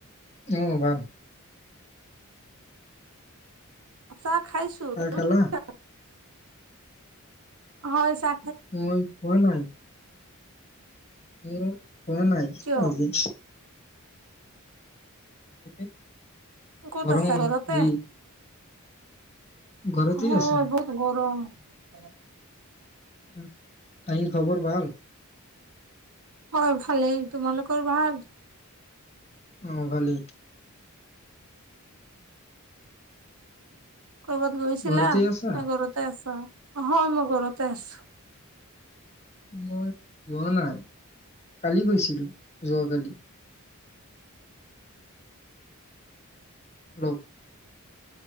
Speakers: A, on the left; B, on the right.
A: অ' ভাল।
B: চাহ খাইছো।
A: চাহ
B: তুমি
A: খালা
B: <unintelligible> হয় চা
A: মই খোৱা নাই। উম। খোৱা নাই
B: কিয়?
A: আজি। সেই <inaudible>
B: ক'ত
A: গৰম
B: আছা ঘৰতে?
A: যি। ঘৰতে
B: অ',
A: আছো
B: বহুত গৰম। <inaudible>
A: <unintelligible> খবৰ ভাল?
B: হয় ভালেই, তোমালোকৰ ভাল?
A: অ', ভালেই।
B: কৰ'বাত গৈছিলা
A: ঘৰতে
B: নে,
A: আছা
B: ঘৰতে আছা? হয়, মই ঘৰতে আছোঁ।
A: মই যোৱা নাই। কালি গৈছিলোঁ। যোৱাকালি <unintelligible>